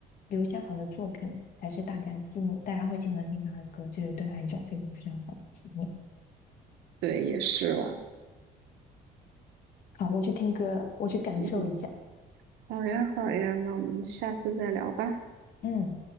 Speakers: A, on the left (about 60°); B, on the right (about 85°).
A: 留下好的作品才是大家纪念，大家会经常听他的歌，就是对他一种非常非常好的纪念。
B: 对，也是吧，
A: 好，我去听歌了，我去感受一下。
B: 嗯，好呀好呀，那我们下次再聊吧。
A: 嗯。